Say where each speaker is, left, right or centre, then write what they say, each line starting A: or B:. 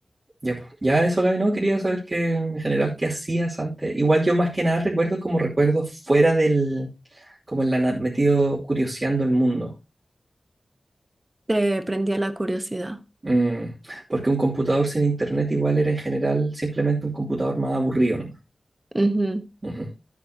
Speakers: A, on the right (about 40°); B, on the right (about 25°).
A: Ya, po. ya eso, Gaby, no, quería saber que en general qué hacías antes. Igual yo más que nada recuerdo como recuerdos fuera del, como en la, na- metido curioseando el mundo.
B: te prendía la curiosidad.
A: Mm, porque un computador sin internet igual era en general simplemente un computador más aburrido, ¿no?
B: Ujú,
A: Ujú,